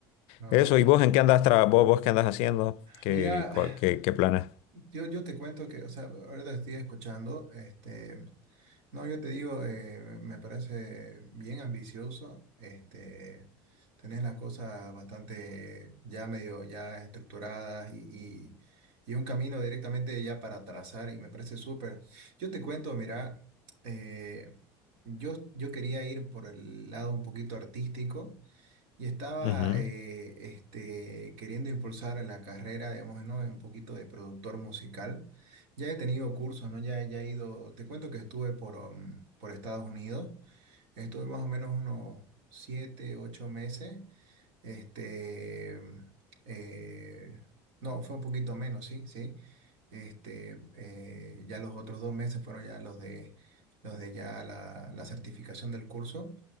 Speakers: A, on the right (about 75°); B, on the left (about 65°).
A: No,
B: eso,
A: güey.
B: ¿y vos en qué andas tra vos, vos qué andas haciendo? ¿Qué,
A: Mira,
B: cuál- qué, qué planes?
A: yo, yo te cuento que, o sea, ahora te estoy escuchando, este, no, yo te digo, eh, me parece bien ambicioso, este, tenés las cosas bastante ya medio, ya estructuradas y, y, y un camino directamente ya para trazar y me parece súper. Yo te cuento, mira, eh, yo, yo quería ir por el lado un poquito artístico. Y estaba
B: Ujú,
A: eh, este, queriendo impulsar en la carrera, digamos, ¿no? Un poquito de productor musical. Ya he tenido cursos, ¿no? Ya, ya he ido, te cuento que estuve por, um, por Estados Unidos, estuve más o menos unos siete, ocho meses, este, um, eh, no, fue un poquito menos, sí, sí. Este, eh, ya los otros dos meses fueron ya los de, los de ya la la certificación del curso